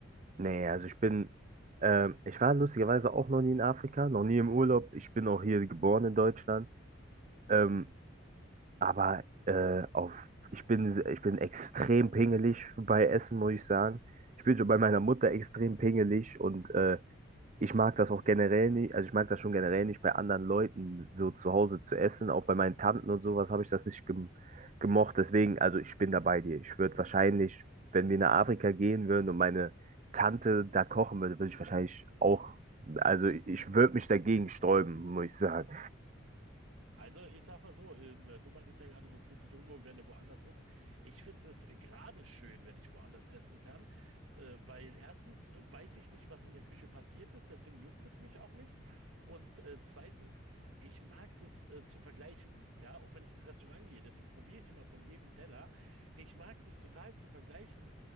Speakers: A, on the right (about 35°); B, on the right (about 75°).
A: Nee, also ich bin, ähm, ich war lustigerweise auch noch nie in Afrika, noch nie im Urlaub. Ich bin auch hier geboren in Deutschland.
B: So.
A: Ähm, aber äh, auf, ich bin, se- ich bin extrem pingelig bei Essen, muss ich sagen. Ich bin schon bei meiner Mutter extrem pingelig und äh, Ich mag das auch generell nicht, also ich mag das schon generell nicht, bei anderen Leuten so zu Hause zu essen. Auch bei meinen Tanten und sowas habe ich das nicht gem gemocht. Deswegen, also ich bin da bei dir. Ich würde wahrscheinlich, wenn wir nach Afrika gehen würden und meine Tante da kochen würde, würde ich wahrscheinlich auch, also ich würde mich dagegen sträuben, muss ich sagen.
B: Also, ich sag mal so, ähm, du meintest ja gerade, du fühlst dich unwohl, wenn du woanders isst. Ich finde es gerade schön, wenn ich woanders essen kann, äh, weil erstens äh, weiß ich nicht, was in der Küche passiert ist, deswegen juckt es mich auch nicht. Und äh, zweitens, ich mag das äh, zu vergleichen, ja, auch wenn ich ins Restaurant gehe, deswegen probiere ich immer von jedem Teller. Ich mag das total zu vergleichen,